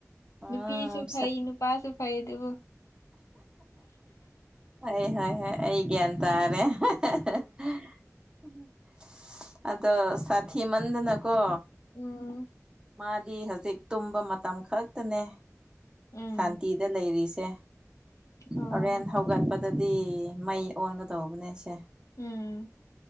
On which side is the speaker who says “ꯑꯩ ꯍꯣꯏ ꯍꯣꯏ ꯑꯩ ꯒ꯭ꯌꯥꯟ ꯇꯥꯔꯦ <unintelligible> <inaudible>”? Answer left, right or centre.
Right